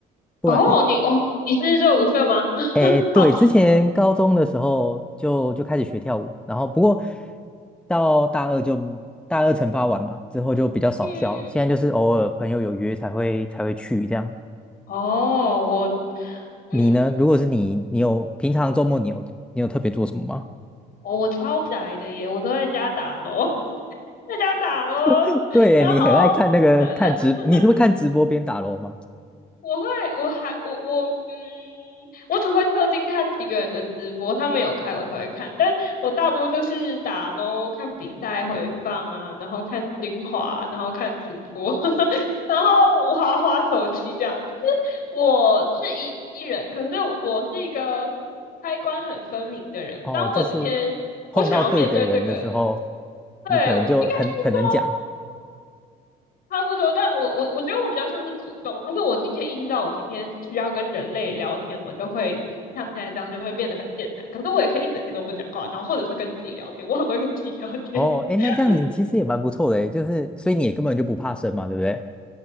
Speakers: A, in the centre; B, on the left.
A: 不然，
B: 哦，你哦，你是热舞社吗？
A: 哎，对，
B: 好奇。
A: 之前高中的时候就就开始学跳舞，然后不过到大二就大二惩罚完嘛，之后就比较少跳。
B: 嗯，
A: 现在就是偶尔朋友有约才会才会去这样。
B: 哦，我嗯，
A: 你呢？如果是你，你有平常周末你有你有特别做什么吗？
B: 哦，我超宅的耶，我都在家打楼，<laughs> 在家打楼，
A: <laughs> 对耶，
B: 然后
A: 你很爱看那个看直，
B: <laughs>。
A: 你是会看直播边打楼吗？
B: 我会，我还，我我，嗯，我只会特定看几个人的直播，他们有开我才会看，但我大多就是打喽，看比赛回放啊，然后看精华，然后看直播，<laughs> 然后我滑滑手机这样。就是我是一一人，可是我是一个开关很分明的人。
A: 哦，
B: 当我今天不想要面对这个，
A: 就是碰到对的人的时候，
B: 对，
A: 你可能就很很能讲。
B: 我应该是说。差不多，但我我我觉得我比较像是主动，但是我今天意识到我今天需要跟人类聊天，我就会像现在这样就会变得很健谈。可是我也可以一整天都不讲话，然后或者是跟自己聊天，我很会跟自己聊天。
A: 哦，哎，那这样你其实也蛮不错的诶，
B: <laughs>
A: 就是所以你也根本就不怕生嘛，对不对？